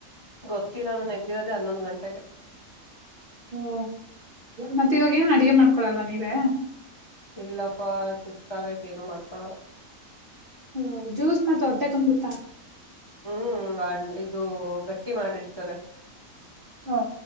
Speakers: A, on the left; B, on the right.
A: ಗೊತ್ತಿಲ್ಲ ನಾನು ಎದ್ದಿರದೆೇ ಹನ್ನೊಂದು ಗಂಟೆಗೆ
B: ಓ ಮತ್ತೆ ಇವಾಗ ಏನ್ ಅಡಗೆ ಮಾಡ್ಕೊಳಲ್ವಾ ನೀವೇ
A: ಇಲ್ಲಪ್ಪಾ ಸುಸ್ತಾಗೈತಿ ಏನು ಮಾಡ್ಕೊಳಲ್ಲ
B: ಹ್ಮ ಜ್ಯೂಸ್ ಮತ್ತೆ ಹೊಟ್ಟೆ ತುಂಬತ್ತಾ
A: ಹ್ಮ್ ಇದು ಗಟ್ಟಿ ಮಾಡಿರ್ತಾರೆ
B: ಓ